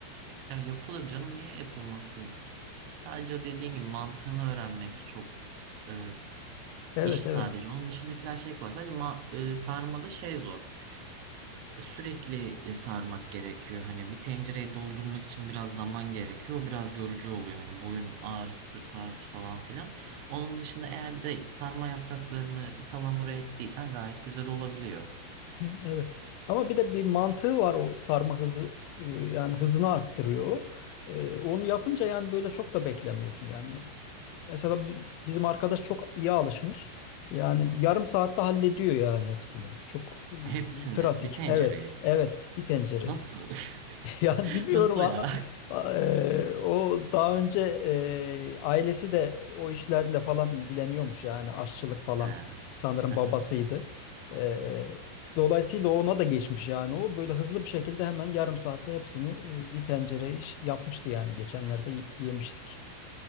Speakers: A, on the right (about 85°); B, on the left (about 85°).
A: Ya yapılır canım niye yapılmasın? Sadece o dediğin gibi mantığını öğrenmek çok e,
B: Evet
A: iş
B: evet.
A: sadece. Onun dışındakiler şey kolay. Sadece ma- e, sarmada şey zor. E, Sürekli e, sarmak gerekiyor. Hani bir tencereyi doldurmak için biraz zaman gerekiyor. Biraz yorucu oluyor. Hani boyun ağrısı, sırt ağrısı falan filan. Onun dışında eğer bir de sarma yapraklarını salamura ettiysen gayet güzel olabiliyor.
B: Hı, Evet. Ama bir de bir mantığı var o sarma hızı e, yani hızını arttırıyor. o. E, onu yapınca yani böyle çok da beklemiyorsun yani. Mesela bi- bizim arkadaş çok iyi alışmış. Yani yarım saatte hallediyor yani hepsini. Çok ıı,
A: Hepsini,
B: pratik.
A: bir tencereyi.
B: Evet, evet bir tencereyi.
A: Nasıl?
B: <laughs>
A: <laughs>
B: Yani bilmiyorum
A: Nasıl
B: a-
A: ya?
B: a- e, o daha önce e, ailesi de o işlerle falan ilgileniyormuş yani aşçılık falan
A: Ha,
B: sanırım
A: aha.
B: babasıydı. E, dolayısıyla ona da geçmiş yani o böyle hızlı bir şekilde hemen yarım saatte hepsini e, bir tencere iş yapmıştı yani geçenlerde y- yemiştik.